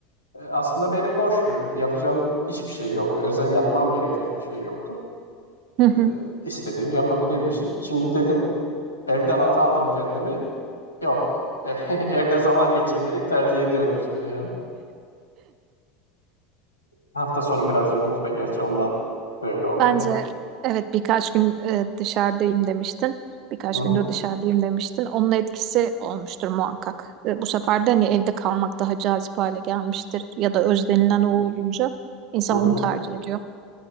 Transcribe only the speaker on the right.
Hı hı.
Bence
evet birkaç gün e, dışarıdayım demiştin. Birkaç
gündür dışarıdayım demiştin. Onun etkisi olmuştur muhakkak. E, bu sefer de hani evde kalmak daha cazip hale gelmiştir. Ya da özlenilen o olunca insan
onu tercih ediyor.